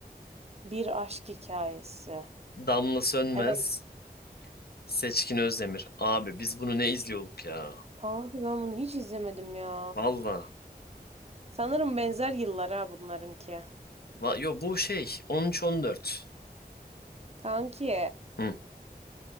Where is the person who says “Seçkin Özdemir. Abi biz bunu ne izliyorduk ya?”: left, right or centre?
Left